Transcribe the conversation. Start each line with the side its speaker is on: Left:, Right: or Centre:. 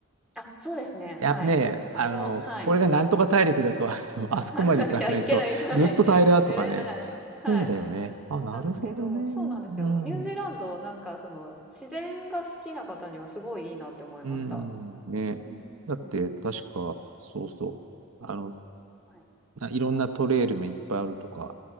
Centre: あ、そうですね。
Right: いや、
Centre: はい。
Right: ねえ、
Centre: どっちも、
Right: あの、
Centre: はい。
Right: これがなんとか大陸だと、
Centre: <laughs>
Right: あのあそこまで行かないと、
Centre: ハンさん、いや、いけない、はい。
Right: ずっと平らとかね。
Centre: <laughs> 見れない。はい。
Right: そうだよね。あ、なるほどね。
Centre: なんですけど、
Right: うん。
Centre: そうなんですよ。ニュージーランド、なんか、その、自然が好きな方にはすごいいいなって思いました。
Right: うん。ね。
Centre: うんうんうん。
Right: だって、確か、そうそう。あの、
Centre: はい。
Right: ないろんなトレイルもいっぱいあるとか、